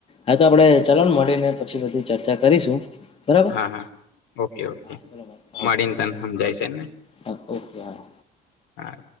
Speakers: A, on the left; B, on the left.
A: હા તો આપડે ચલો ને મળીને પછી બધી ચર્ચા કરીશું બરાબર
B: હા હા ઓકે ઓકે
A: હા ચલો
B: મળીને
A: ઓકે હા
B: તને હમ જાય છેને
A: હા ઓકે હા
B: હા